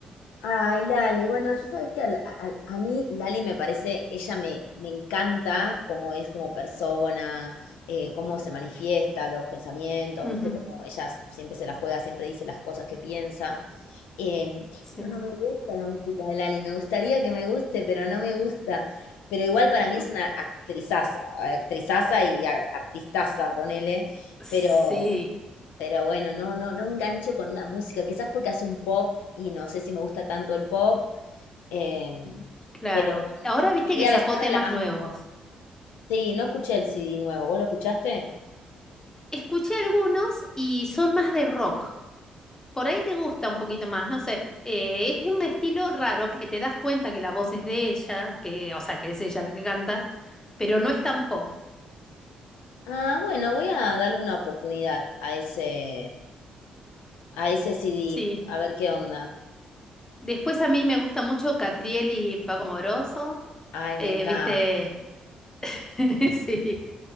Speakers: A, on the left (about 80°); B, on the left (about 20°).
A: Ay, Lali, bueno, yo sabes que a, la- a- a mí Lali me parece, ella me, me encanta cómo es como persona, eh, cómo se manifiesta, los pensamientos,
B: Ujú,
A: viste, como ella s- siempre se la juega, siempre dice las cosas que piensa. em,
B: Sí.
A: pero no me gusta la música de Lali, me gustaría que me guste, pero no me gusta. Pero igual para mí es una actrizaza, actrizaza y a- artistaza, ponele,
B: Sí,
A: pero pero bueno, no, no, no engancho con la música, quizás porque hace un pop y no sé si me gusta tanto el pop, em,
B: claro.
A: pero bueno,
B: Ahora
A: y
B: viste
A: María
B: que sacó
A: Becerra
B: temas
A: la
B: nuevos.
A: amo. Sí, no escuché el CD nuevo, ¿vos lo escuchaste?
B: Escuché algunos y son más de rock. Por ahí te gusta un poquito más, no sé. Eh, es un estilo raro que te das cuenta que la voz es de ella, que, o sea, que es ella la que canta, pero no es tan pop.
A: Ah, bueno, voy a darle una oportunidad a ese, a ese CD,
B: Sí.
A: a ver qué onda.
B: Después a mí me gusta mucho Catriel y Paco Moroso.
A: Ay,
B: eh,
A: me encanta.
B: ¿viste? <laughs> Sí.